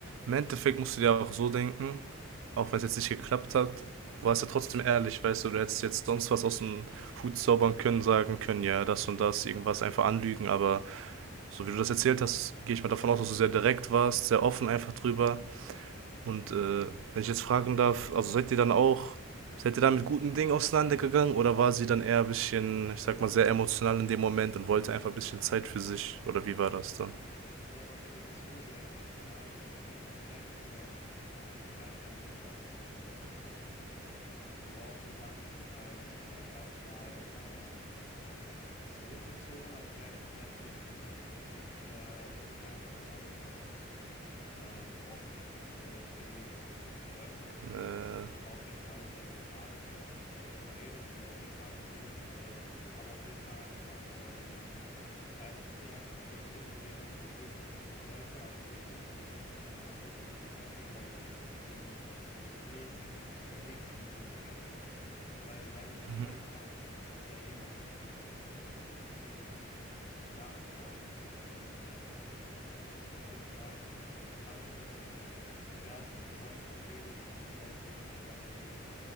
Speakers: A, on the right; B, on the left.
A: im Endeffekt musst du dir auch so denken, auch wenn es jetzt nicht geklappt hat, war es ja trotzdem ehrlich, weißt du, du hättest jetzt sonst was aus dem Hut zaubern können, sagen können, ja, das und das, irgendwas einfach anlügen, aber so wie du das erzählt hast, gehe ich mal davon aus, dass du sehr direkt warst, sehr offen einfach drüber. Und äh, wenn ich jetzt fragen darf, also seid ihr dann auch, seid ihr dann mit guten Dingen auseinandergegangen oder war sie dann eher ein bisschen, ich sag mal, sehr emotional in dem Moment und wollte einfach ein bisschen Zeit für sich oder wie war das dann?
B: es war tatsächlich zu sehr emotional. Also Tatsächlich leidet sie auch an- höchstwahrscheinlich an etwas äh, Depressivem, worauf sie dann sich halt äh, erstmal äh, zurückgezogen hat, aber gleichzeitig sich äh, höchstwahrscheinlich auch was angetan hat. äh, worauf ich jetzt nicht äh, viel mich erläutern möchte.
A: Äh,
B: Es war auf jeden Fall sehr, sehr schade. Ich habe auch mit ihr darüber geredet, ihr Hilfe angeboten, ihr, aber auch Hilfe einfach, ähm, äh, ihr einfach den Tipp gegeben, dass sie sich Hilfe suchen sollte, also wirklich persönlich einfach mal Hilfe suchen sollte bei dem nächsten, die, beim nächsten, die sie kennt, sei seien es die
A: mhm,
B: Eltern oder jemand, den sie vertraut. Und im Nachhinein, ähm, muss ich ehrlich sagen, habe ich schon mit diversen Freunden geredet, also sehr vielen Freunden geredet.